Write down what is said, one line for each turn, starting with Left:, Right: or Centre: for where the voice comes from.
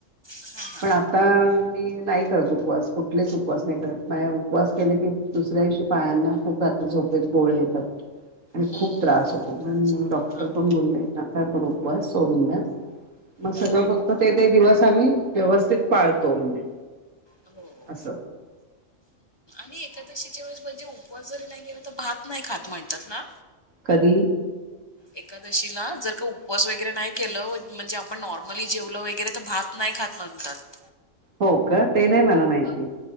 Left: हां, हां.
Right: पण आता मी <unintelligible> <unintelligible> उपवास कुठलेच उपवास नाही करत नाही उपवास केले की दुसऱ्या दिवशी पायांना खूप रात्री झोपेत गोळे येतात आणि
Left: हं.
Right: खूप त्रास होतो पण डॉक्टर
Left: हां,
Right: पण बोलले नका करू उपवास सोडून द्या मग सगळं
Left: हां.
Right: फक्त ते ते दिवस आम्ही व्यवस्थित पाळतो <unintelligible>
Left: हो.
Right: अस
Left: मी एकादशीच्या वेळेस म्हणजे उपवास जरी नाही केला तर भात नाही खात म्हणतात ना
Right: कदी
Left: एकादशीला जर का उपवास वगैरे नाही केलं व म्हणजे आपण नॉर्मली जेवलं वगैरे तर भात नाई खात म्हणतात
Right: हो का ते नाही मला माहिती.